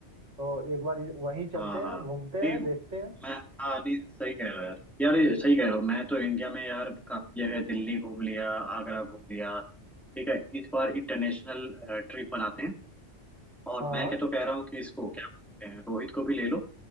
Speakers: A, on the right; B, in the centre.
A: तो एक बार वहीं चलते
B: हाँ हाँ
A: हैं घूमते
B: नहीं
A: हैं देखते हैं
B: मैं हाँ नहीं सही कह रहे हो यार यार ये सही कह रहे हो मैं तो इंडिया में यार काफी जगह दिल्ली घूम लिया आगरा घूम लिया ठीक है इस बार इंटरनेशनल ट्रिप बनाते हैं और
A: हाँ
B: मैं क्या तो कह रहा हूँ कि इसको क्या बोलते हैं रोहित को भी ले लो